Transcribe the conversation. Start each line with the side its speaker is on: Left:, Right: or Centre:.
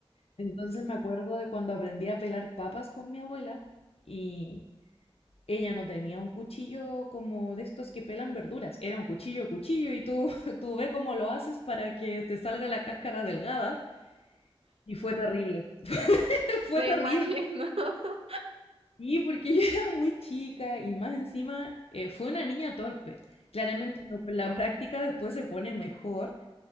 Left: Entonces me acuerdo de cuando aprendí a pelar papas con mi abuela y ella no tenía un cuchillo como de estos que pelan verduras, era un cuchillo, cuchillo y tú, <laughs> tú ve cómo lo haces para que te salga la cáscara delgada y fue terrible, <laughs> fue
Right: Me
Left: terrible.
Right: imagino. <laughs>
Left: Y porque yo era muy chica y más encima eh, fue una niña torpe. Claramente no, con la práctica después se pone mejor,